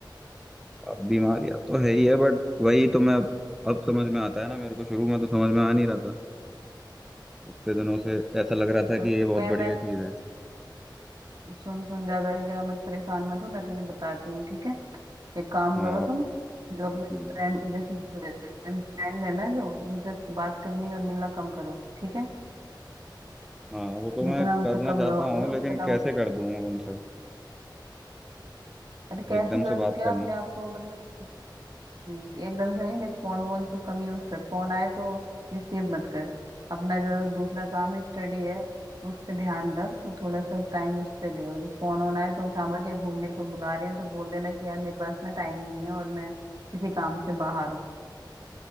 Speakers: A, in the centre; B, on the right.
A: अब बीमारियां तो है ही है बट वही तो मैं अब अब समझ में आता है ना मेरे को शुरू में तो समझ में आ नहीं रहा था इतने दिनों से ऐसा लग रहा था
B: तो
A: कि ये बहुत
B: मैं
A: बढ़िया
B: मैं
A: चीज़ है
B: सुन सुन ज्यादा इतना मत परेशान मत हो मैं तुझे बताती हूँ ठीक है एक काम
A: हाँ
B: करो
A: आप-
B: तुम जो अपने
A: हम्म,
B: फ्रेंड जैसे फ्रेंड है ना जो उनसे बात करनी और मिलना कम करो ठीक है
A: हाँ वो तो
B: जितना
A: मैं
B: उनसे
A: करना
B: कम
A: चाहता
B: रहोगे
A: हूँ लेकिन
B: उतना
A: कैसे
B: वो
A: कर दूँ उनसे
B: अरे कैसे
A: एकदम
B: कर
A: से बात
B: दूं क्या
A: करना
B: अपने आप को मतलब हम्म, एकदम से नहीं देख फोन वोन तू कम यूज कर फोन आए तो रिसीव मत कर अपना जो दूसरा काम है स्टडी है उस पे ध्यान रख तो थोड़ा सा टाइम उस पे दे और जो फोन ऑन आए तो उठा मत या घूमने को बुला रहे हैं तो बोल देना कि यार मेरे पास ना टाइम नहीं है और मैं किसी काम से बाहर हूँ